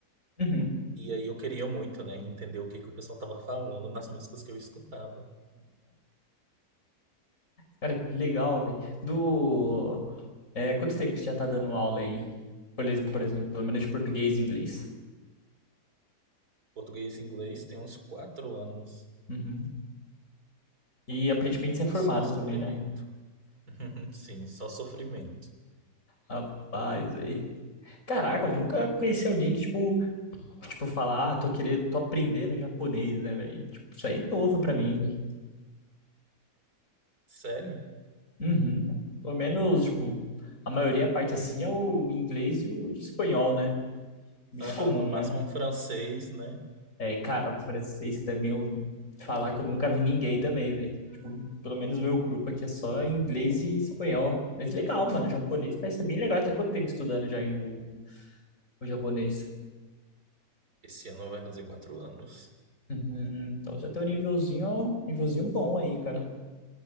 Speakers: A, on the left; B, on the right.
A: Uhum.
B: E aí eu queria muito, né, entender o que que o pessoal tava falando nas músicas que eu escutava.
A: Cara, que legal, velho. Do... É, quanto tempo que você já tá dando aula aí? Por, ex- por exemplo, pelo menos de português e inglês.
B: Português e inglês tem uns quatro anos
A: Uhum. E aparentemente você é formado
B: e só sofrimento.
A: também, né?
B: <laughs> Sim, só sofrimento.
A: Rapaz, aí. Caraca, eu nunca conheci alguém que, tipo, tipo, falar, ah, tô querendo, tô aprendendo japonês, né, velho? Tipo, isso aí é novo pra mim, velho.
B: Sério?
A: Uhum. Pelo menos, tipo, a maioria, a parte assim, é o inglês e o espanhol, né? Muito
B: Aham,
A: comum,
B: no máximo
A: né?
B: um francês, né?
A: É, cara, francês também, eu falar que eu nunca vi ninguém também, velho. Tipo, pelo menos o meu grupo aqui é só inglês e espanhol. Mas legal, mano, japonês parece ser bem legal. Tá quanto tempo estudando já em o, o japonês?
B: Esse ano vai fazer quatro anos.
A: Uhum, então já tem um nívelzinho, nívelzinho bom aí, cara.